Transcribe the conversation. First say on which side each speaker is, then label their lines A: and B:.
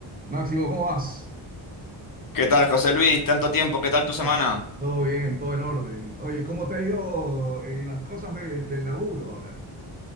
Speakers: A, on the right; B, on the left.
A: Máximo, ¿cómo vas?
B: ¿Qué tal, José Luis? Tanto tiempo, ¿qué tal
A: ¿Qué
B: tu
A: tal?
B: semana?
A: Todo bien, todo en orden. Oye, ¿cómo te ha ido en las cosas de- del laburo ahora?